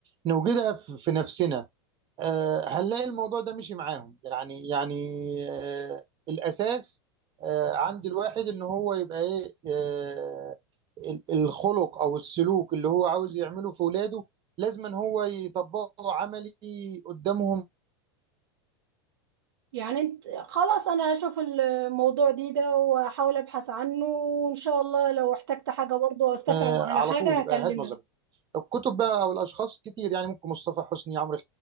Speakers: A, on the right; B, on the right.
A: نوجدها في في نفسنا آه، هنلاقي الموضوع ده مشي معاهم يعني يعني آه، الأساس آه، عند الواحد إن هو يبقى إيه آه، ال- الخلق أو السلوك اللي هو عاوز يعمله في ولاده لازم إن هو يطبقه عملي قدامهم
B: يعني انت خلاص انا هشوف الموضوع دي ده واحاول ابحث عنه وان شاء الله لو احتجت حاجة برضه او استفهم
A: آه،
B: على
A: على
B: حاجة
A: طول يبقى
B: هكلمك
A: هاد نظري الكتب بقى أو الأشخاص كتير يعني ممكن مصطفى حسني عمرو